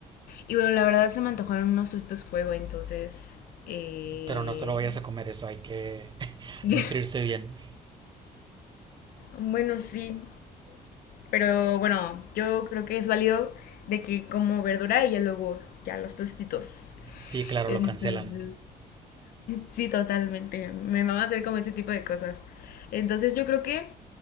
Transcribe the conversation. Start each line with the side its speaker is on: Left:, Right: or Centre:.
Left: Y bueno, la verdad se me antojaron unos estos fuego, entonces... eh,
Right: pero no solo vayas a comer eso, hay que <laughs>
Left: <laughs>
Right: nutrirse bien.
Left: Bueno, sí, Pero bueno, yo creo que es válido de que como verdura y ya luego ya los tostitos.
Right: Sí, claro,
Left: Entonces,
Right: lo cancelan.
Left: sí, totalmente. Me va a hacer como ese tipo de cosas. Entonces yo creo que